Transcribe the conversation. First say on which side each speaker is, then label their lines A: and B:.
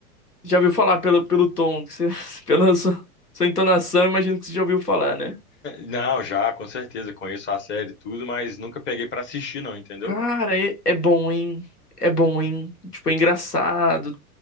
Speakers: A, on the left; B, on the left.
A: Já ouviu falar pelo, pelo tom, que você- <laughs>
B: <laughs>
A: pela sua, sua entonação, imagino que você já ouviu falar, né?
B: Não, já, com certeza. Conheço a série e tudo, mas nunca peguei pra assistir, não, entendeu?
A: Cara, é, é bom, hein? É bom, hein? Tipo, é engraçado.